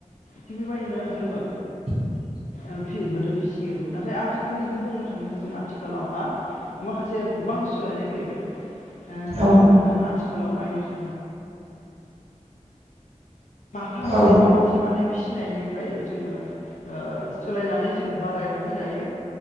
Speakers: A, on the left; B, on the right.
A: थिग बेबायदिनो जोङो
B: <unintelligible> <inaudible>
A: ओ फि गोदो फिसियोमोन नाथाय आथिखालनिखो बुंनो थाङोब्ला जों आथिखालावहा माखासे गोबां सोलायनाय फैबाय ओ
B: औ
A: जोङो ओ आथिखालाव नायनो थाङोब माफा मानै
B: औ
A: बा मासे मानै फिसिनायनिफ्राय जोङो ओ सोलायनानै जोङो बारायनानै दायो